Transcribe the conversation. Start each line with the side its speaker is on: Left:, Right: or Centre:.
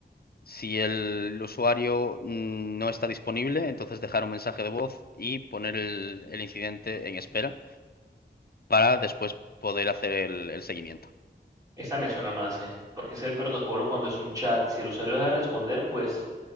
Left: Si el usuario mm, no está disponible, entonces dejar un mensaje de voz y poner el, el incidente en espera para después poder hacer el, el seguimiento.
Right: Esta me suena más, ¿eh? Porque es el protocolo cuando es un chat. Si el usuario deja de responder, pues